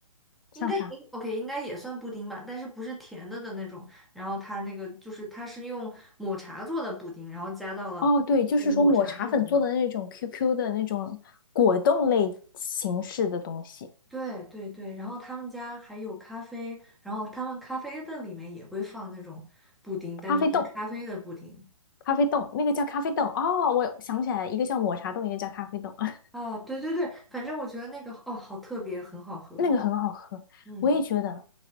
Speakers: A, in the centre; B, on the left (about 35°).
A: 应该应
B: 像啥？
A: OK，应该也算布丁吧，但是不是甜的的那种。然后它那个就是它是用抹茶做的布丁，然后加到了那个抹茶的饮料里。
B: 哦，对，就是说抹茶粉做的那种 QQ 的那种果冻类形式的东西，
A: 对对对，然后他们家还有咖啡，然后他们咖啡的里面也会放那种布丁，但是是咖啡的布丁。
B: 咖啡冻。咖啡冻，那个叫咖啡冻哦，我想起来，一个叫抹茶冻，一个叫咖啡冻，<laughs>
A: 啊，对对对，反正我觉得那个哦，好特别，很好喝。
B: 那个很好喝。
A: 嗯，
B: 我也觉得，